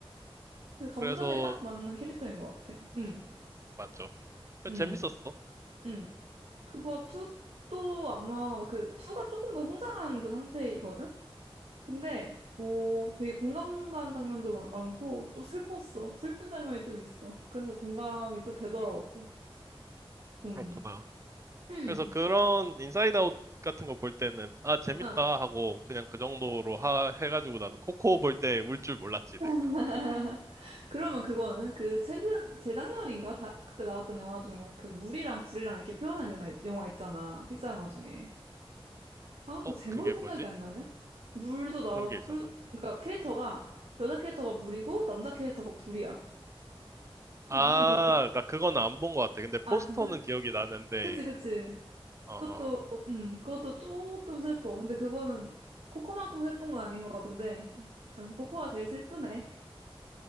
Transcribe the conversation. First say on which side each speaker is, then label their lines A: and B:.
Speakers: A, on the right; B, on the right.
A: 그 감정에
B: 그래서
A: 딱 맞는 캐릭터인 것 같아. 응,
B: 맞죠. 그래서
A: 응,
B: 재밌었어.
A: 응. 그거 투 또 아마 그, 투가 조금 더 성장한 그 상태이거든? 근데 어 되게 공감 가는 장면도 많- 많고 또 슬펐어. 슬픈 장면이 좀 있어. 그래서 공감이 또 되더라고. 음.
B: 그렇구나.
A: 음.
B: 그래서 그런 인사이드 아웃 같은 거 볼 때는 아 재밌다
A: 아.
B: 하고 그냥 그 정도로 하 해가지고 나도 코코 볼 때 울 줄 몰랐지 내가.
A: <laughs> 그러면 그거는 그 최근 재작년인가 다, 그때 나왔던 영화 중에 그 물이랑 불이랑 이렇게 표현한 영화, 영화 있잖아. 픽사 영화 중에. 아,
B: 어
A: 그 제목이
B: 그게
A: 생각이
B: 뭐지?
A: 안 나네. 물도 나오고
B: 그런 게
A: 불
B: 있었나?
A: 그러니까 캐릭터가 여자 캐릭터가 물이고 남자 캐릭터가 불이야. 어,
B: 아
A: 무슨 되게
B: 나 그건 안 본 것 같아. 근데 포스터는
A: 아, 진짜?
B: 기억이 나는데
A: 그치, 그치.
B: 어어
A: 그것도, 음, 그것도 조금 슬퍼. 근데 그거는 코코만큼 슬픈 건 아닌 것 같은데. 아, 코코가 제일 슬프네.